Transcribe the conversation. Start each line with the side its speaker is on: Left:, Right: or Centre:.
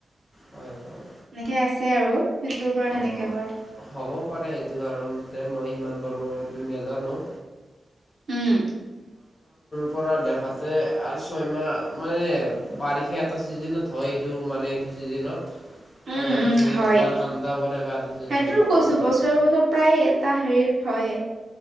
Left: হয় - হয়।
Right: এনেকে আছে আৰু। সেইটোৰ পৰা সেনেকে
Left: অ,
Right: হয়।
Left: হ'ব পাৰে সেইটো কাৰণ ত মই সিমান বাৰো এইটো নাজানো।
Right: উম,
Left: পৰা দেহাতে ছয়মাহ মানে বাৰিষা এটা চিজনত হয় এইটো মানে এইটো চিজনত
Right: উম,
Left: আৰু এটা
Right: উম,
Left: চিজনত
Right: হয়
Left: বা ঠাণ্ডা পৰে বা এটা চিজনত
Right: সেইটোতো
Left: গৰম
Right: কৈছো
Left: পৰে।
Right: বছৰে বছৰে প্ৰায় এটা হেৰি হয়।